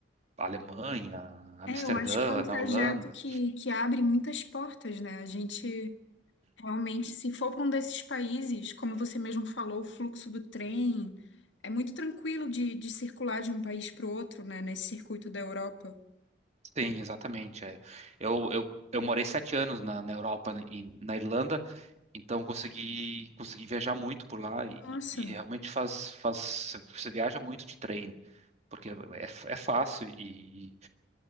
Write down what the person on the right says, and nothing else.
Alemanha, Amsterdã,
na Holanda.
Sim, exatamente. É. Eu, eu, eu morei sete anos na, na Europa, em- na Irlanda. Então consegui consegui viajar muito por lá e,
e- e realmente faz faz você viaja muito de trem porque é, é é fácil e,